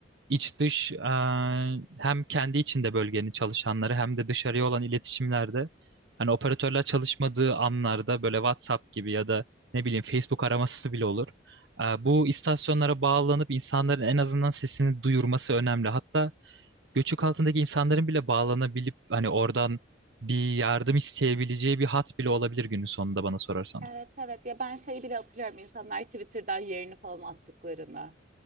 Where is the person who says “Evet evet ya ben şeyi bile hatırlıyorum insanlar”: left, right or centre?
Right